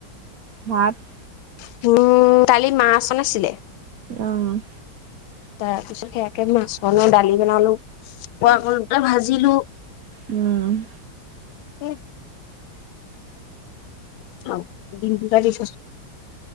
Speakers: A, on the right (about 65°); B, on the left (about 85°).
A: ভাত, -
B: উম কালি মাছ অনা আছিলে।
A: অহ ',
B: তাৰ পিছতে একে মাছ বনালো দালি বনালো। <unintelligible> দুটা ভাজিলো
A: উম ',
B: কি অহ, ' দিম দুটা দি থৈছো।